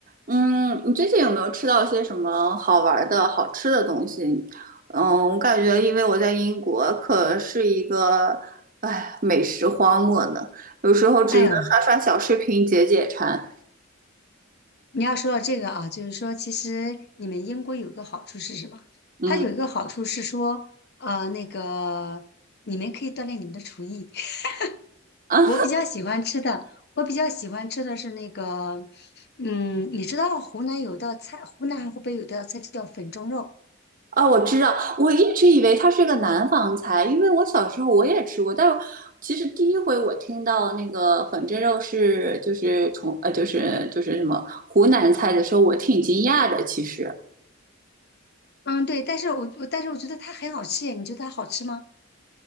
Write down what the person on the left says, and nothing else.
哎呦，你要说到这个啊，就是说，其实你们英国有个好处是什么？
它有一个好处是说，呃，那个你们可以锻炼你们的厨艺。<laughs>
我比较喜欢吃的，我比较喜欢吃的是那个，嗯，你知道湖南有道菜，湖南还湖北有道菜叫粉蒸肉，
嗯，对，但是我我但是我觉得它很好吃耶，你觉得它好吃吗？